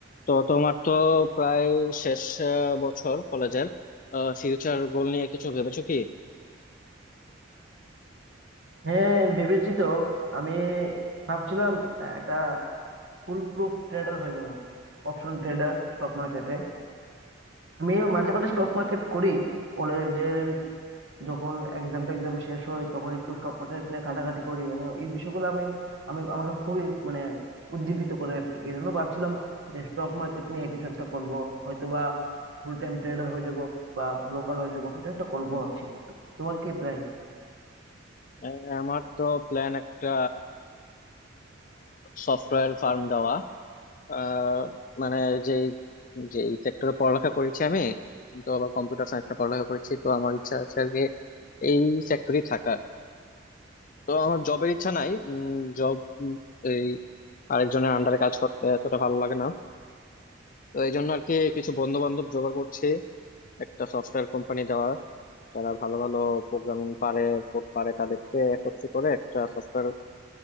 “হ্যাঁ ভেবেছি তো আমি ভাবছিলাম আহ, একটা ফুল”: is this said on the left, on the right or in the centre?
Right